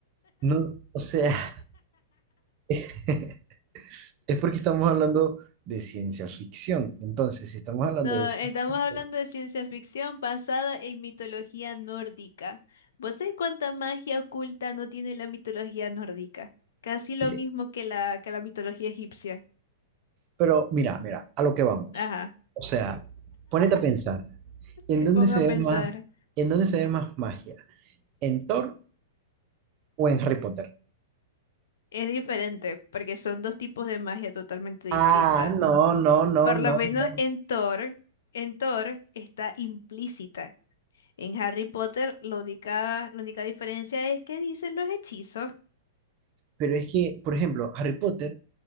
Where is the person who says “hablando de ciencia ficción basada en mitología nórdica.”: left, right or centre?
Left